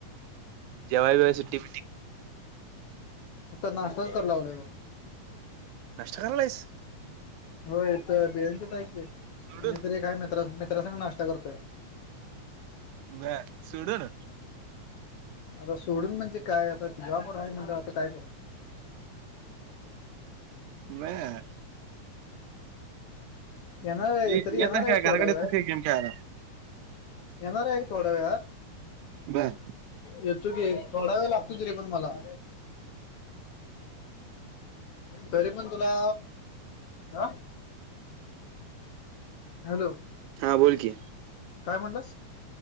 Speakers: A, on the right; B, on the left.
A: जवायय सु्टी
B: आ नाश्ताच कर लावलय ग
A: नष्ट करलाईस
B: होयथ बिळंकत आहे क
A: सोडून
B: मी तर एक आहे मित्रा मित्रांासंग नाश्ता करतोय
A: म सडू ना
B: आता सोडून म्हणजे काय आता तुझ्याबर आहेय म्हणलं आता काय कर <unintelligible> <unintelligible> <unintelligible> <unintelligible>
A: म
B: येणार्या
A: येत
B: तरी येणार
A: नाही
B: आहे
A: काय
B: क
A: घराकडे
B: थोडा वेळ
A: येत नाही काय गेम खेळायला
B: येणार आहे का थोड्या वेळर
A: ब
B: येतो की थोडा वेळ लागतो ती रे पण मला तरी पण तुला हा हॅलो
A: हा बोलकीि
B: काय म्हटलं